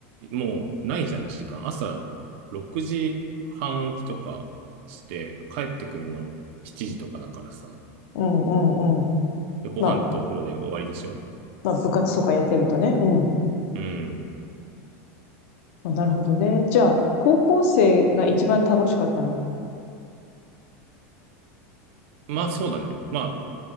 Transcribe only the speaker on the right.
もうないじゃん、時間。朝6時半起きとかして、帰ってくんの7時とかだからさ。
でご飯とお風呂で終わりでしょ
うん。
まあそうだね。まあ、